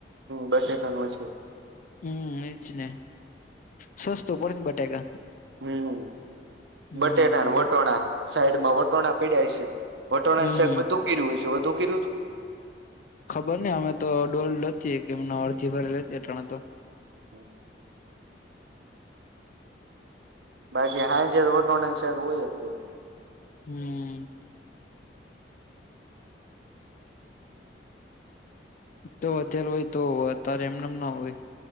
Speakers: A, on the right; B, on the left.
A: બટેકાનું હસે
B: હું એજ ને સસ્તું પડે ન બટેકા
A: હું
B: હમ
A: બટેટા ન વટોણા સાઈડ માં વટોણા પડ્યા હસે વટોણા
B: હમ
A: ની સાક બધું કર્યું હોય સે બધું કરીયું
B: ખબર ને અમે તો ડોલ નથી કે એમને અડધી ભરી લેતી તણે તો
A: <inaudible> બાકી હાંજે વટોનાની શાક હોય જ તે
B: હમ તો વધેલ હોય તો હોય અત્યારે એમનેમ ના હોય